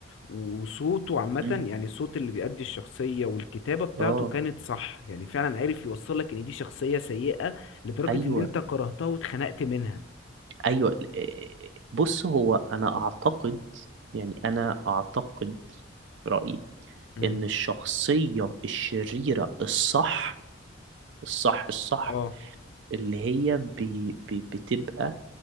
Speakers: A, on the left; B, on the right.
A: وصوته عامه
B: م.
A: يعني الصوت اللي بيأدي الشخصيه والكتابه بتاعته
B: اه
A: كانت صح يعني فعلا عارف يوصل لك ان دي شخصيه سيئه لدرجه
B: ايوه
A: ان انت كرهتها واتخنقت منها
B: ايوه إيه، بص هو انا اعتقد يعني انا اعتقد في رايي
A: امم
B: ان الشخصيه الشريره الصح الصح الصح
A: اه
B: اللي هي بي بي بتبقى